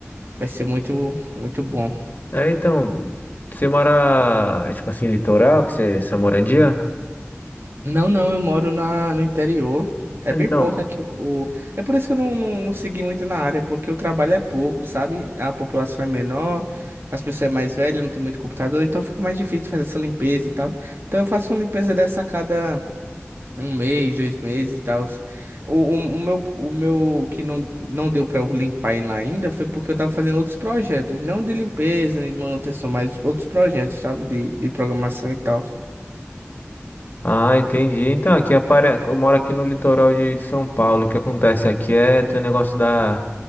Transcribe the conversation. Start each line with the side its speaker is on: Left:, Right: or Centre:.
Right: Vai ser muito, muito bom.
Left: É, então, você mora, é, tipo assim, litoral, que você, essa moradia?
Right: Não, não, eu moro na, no interior. É
Left: É,
Right: bem
Left: Então,
Right: pouco aqui o, o- É por isso que eu não, não, não segui muito na área, porque o trabalho é pouco, sabe? A população é menor, as pessoas é mais velhas, não tem muito computador, então fica mais difícil de fazer essa limpeza e tal. Então eu faço uma limpeza dessa a cada um mês, dois meses e tal. O, o, o meu, o meu o que não, não deu pra eu limpar ele ainda foi porque eu tava fazendo outros projetos, não de limpeza, nem de manutenção, mas outros projetos, sabe? De, de programação e tal.
Left: ah, entendi. Então, aqui apare... eu moro aqui no litoral de, de São Paulo. O que acontece aqui é tem o negócio da